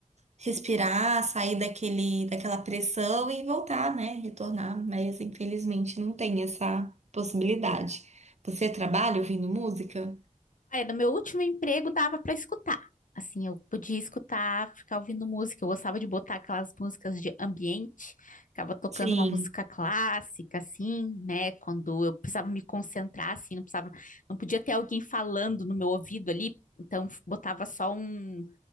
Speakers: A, on the right; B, on the left.
A: respirar, sair daquele, daquela pressão e voltar, né? Retornar, mas infelizmente não tem essa possibilidade. Você trabalha ouvindo música?
B: Olha, no meu último emprego dava para escutar. Assim, eu podia escutar, ficar ouvindo música. Eu gostava de botar aquelas músicas de ambiente, ficava tocando
A: Sim,
B: uma música clássica, assim, né? Quando eu precisava me concentrar, assim, não precisava, não podia ter alguém falando no meu ouvido ali, então botava só um,